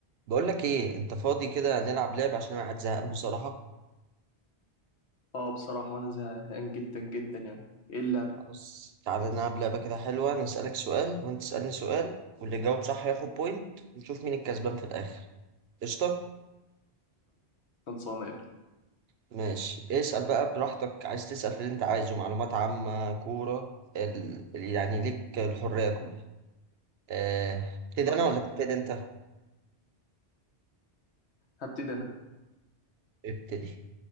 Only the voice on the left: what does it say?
اه بصراحة أنا زهقان جدا جدا يعني إيه اللعبة
خلصانة يا ابني
خلاص
أوكي
هبتدي أنا